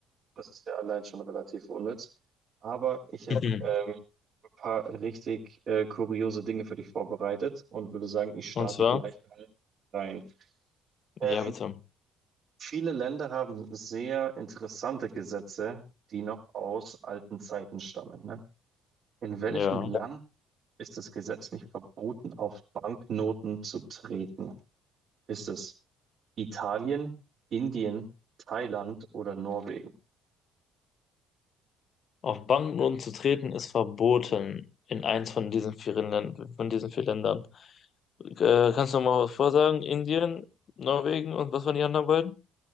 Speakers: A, on the right; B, on the left.
A: das ist ja allein schon relativ unnütz. Aber ich habe
B: Mhm.
A: ähm, ein paar richtig äh, kuriose Dinge für dich vorbereitet und würde sagen, ich starte
B: Und zwar,
A: gleich mal rein. Ähm,
B: ja, bitte.
A: viele Länder haben sehr interessante Gesetze, die noch aus alten Zeiten stammen, ne? In welchem
B: Ja.
A: Land Ist es gesetzlich verboten, auf Banknoten zu treten? Ist es Italien, Indien, Thailand oder Norwegen?
B: Auf Banken zu treten ist verboten in eins von diesen vier Ländern, von diesen vier Ländern. Äh, kannst du mal was vorsagen? Indien, Norwegen und was waren die anderen beiden?